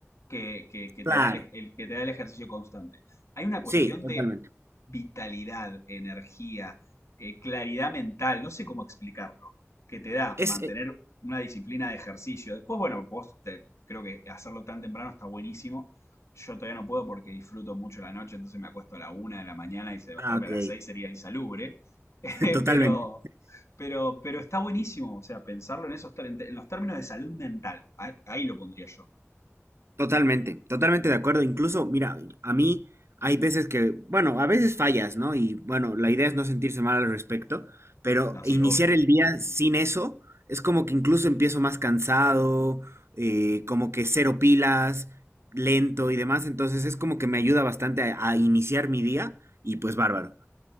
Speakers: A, on the left (about 70°); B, on the right (about 60°).
A: que, que- que
B: claro.
A: te da el, e, el- que te da el ejercicio constante. Hay una cuestión
B: Sí, totalmente.
A: de vitalidad, energía, eh, claridad mental, no sé cómo explicarlo, que te da
B: Es,
A: mantener
B: eh,
A: una disciplina de ejercicio. Después, bueno, vos te- creo que hacerlo tan temprano está buenísimo yo todavía no puedo porque disfruto mucho la noche, entonces me acuesto a la una de la mañana y levantarme
B: ah, ok.
A: a las seis sería insalubre. <laughs>
B: <laughs>
A: Eh,
B: Totalmente,
A: Pero, pero, pero está buenísimo, o sea, pensarlo en esos, ter- en los términos de salud mental. Ahí, ahí lo pondría yo.
B: totalmente, totalmente de acuerdo. Incluso, mira, a mí hay veces que, bueno, a veces fallas, ¿no? Y bueno, la idea es no sentirse mal al respecto, pero
A: No, sí,
B: iniciar
A: obvio.
B: el día sin eso es como que incluso empiezo más cansado, eh, como que cero pilas, lento y demás. Entonces es como que me ayuda bastante a, a iniciar mi día y pues bárbaro.